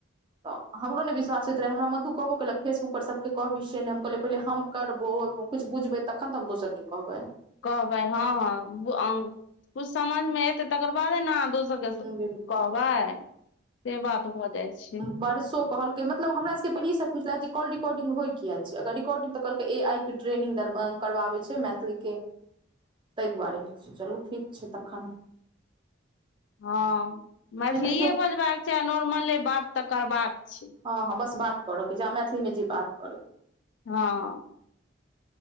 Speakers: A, on the right (about 25°); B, on the left (about 65°).
A: तऽ हमरो नहि विश्वास होइत रहै हमरा मधु कहबो केलक फेसबुकप पर सभके कहबि से नहि हम कहलियै पहिले हम करबो किछु बुझबै तखन तऽ हम दोसर के कहबै
B: कहबै हँ हँ कुछ समझमे एतै तकर बादे ने अहाँ दोसर कहबै
A: बिलकुल
B: से बात भऽ जाइ छै
A: बड़सो कहल मतलब हमरा सबके पहिले ई सब खुछ छलथि जे कॉल रिकॉर्डंग होइ किया अगर रिकॉर्डंग तऽलक ए आ ट्रेनिंग करबाबै छै मैथिलीक के ताहि दुआरे होइ छै चलू ठीक छै तखन
B: हँ मैथिलीए
A: नहि तऽ केओ
B: बजबाक छै आ नॉर्मले बात तऽ करबाक छै
A: हँ हँ बस बात करऽके जे आ मैथिलीमे जे बात करै
B: हँ